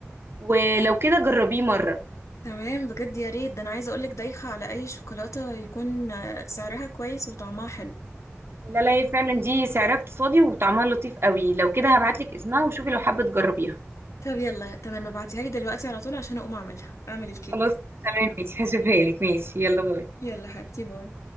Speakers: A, on the right; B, on the left.
A: ولو كده جربيه مره
B: تمام بجد يا ريت ده أنا عايزة أقولك دايخة على أي شوكولاتة يكون آه، سعرها كويس وطعمها حلو
A: لا لا هي فعلا دي سعرها اقتصادي وطعمها لطيف قوي لو كده هبعت لك اسمها وشوفي لو حابه تجربيها
B: طب يلا تمام ابعتيها لي دلوقتي على طول عشان أقوم أعملها أعمل الكيك
A: خلاص تمام ماشي هشوفها لك ماشي يلا باي
B: يلا حبيبتي باي